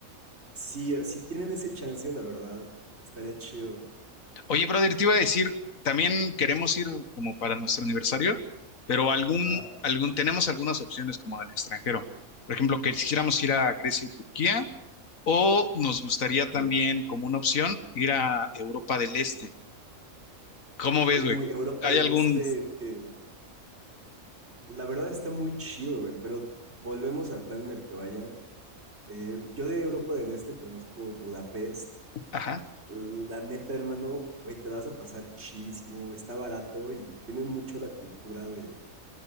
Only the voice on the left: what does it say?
Oye, brother, te iba a decir, también queremos ir como para nuestro aniversario, pero algún,
algún, tenemos algunas opciones como del extranjero. Por ejemplo, que quisiéramos ir a Grecia y Turquía, o nos gustaría
también, como una opción, ir a Europa del Este. ¿Cómo ves,
güey?
¿Hay
algún?
Ajá,